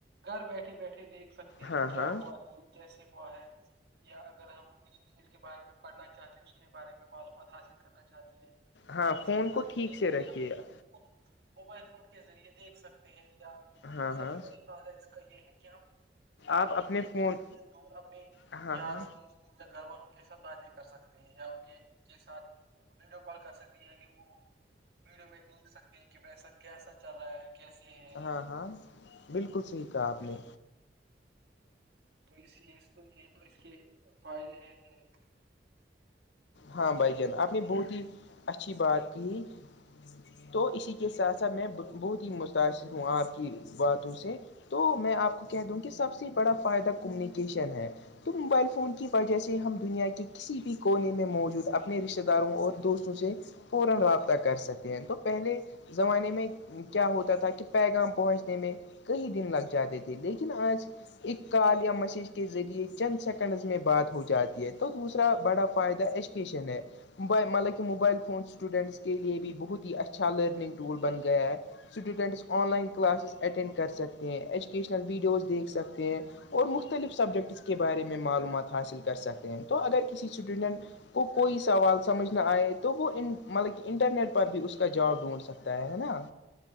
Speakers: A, on the right; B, on the left.
A: گھر بیٹھے بیٹھے دیکھ سکتے ہیں
B: ہاں
A: کہ کیا
B: ہاں
A: ہوا ہے کیسے ہوا ہے یا اگر ہم ی کے بارے میں پڑھنا چاہتی ہیں اس کے بارے میں معلومات حاصل کرنا چاہتی ہیں
B: ہاں
A: یا کسی
B: فون
A: چیز
B: کو ٹھیک
A: دیکھنا
B: سے رکھیے
A: چاہتے
B: گا
A: ہیں تو وہ موبائل فون کے ذریعے دیکھ سکتے ہیں یا
B: ہاں
A: ہم سب
B: ہاں
A: سے بڑی فائدہ اس کا یہ ہے کہ ہم
B: آپ اپنے فون
A: اور اپنے
B: ہاں
A: یاروں
B: ہاں
A: گھر والوں کے ساتھ باتیں کر سکتے ہیں یا انہیں کے ساتھ ویڈیو کال کر سکتے ہیں یعنی وہ ویڈیو میں دیکھ سکتے ہیں کہ ویسا کیسا چل رہا ہے کیسے ہے
B: ہاں ہاں بلکل صحیح کہا آپ نے
A: تو اس لیے تو یہ تو اس کے فائدے تھے <inaudible>
B: ہاں بھائی جان آپ نے بہت ہی اچھی بات کی تو اسی کے ساتھ ساتھ میں بہت ہی متاثر ہوں آپ کی باتوں سے تو میں آپ کو کہہ دوں کہ سب سے بڑا فائدہ کمیونیکیشن ہے تو موبائل فون کی وجہ سے ہم دنیا کے کسی بھی کونے میں موجود اپنے رشتتے داروں اور دوستوں تو جے فورن رابطہ کر سکتے ہیں تو پہلے زمانے میں کیا ہوتا تھا کہ پیغام پہنچنے میں کئی دن لگ جاتے تھے لیکن آج ایک کال یا میسیج کے ذریعے چند سیکنڈز میں بات ہو جاتی ہے تو دوسرا بڑا فائدہ ایج ایجوکیشن ہے موبائل مطلب کہ موبائل فون اسٹوڈنٹس کے لیے بھی بہت ہی اچھا اچھا لیرننگ ٹول بن گیا ہے students online classes attend کر سکتے ہیں ایجوکیشنل ویڈیوز دیکھ سکتے ہیں اور مختلف سبجیکٹس کے بارے میں معلومات حاصل کر سکتے ہیں تو اگر کسی اسٹوڈنٹ کو کوئی سوال سمجھ نہ آئے تو وہ ان مطلب کہ انٹرنیٹ پر بھی اس کا جواب ڈھونڈ سکتا ہے ہے نا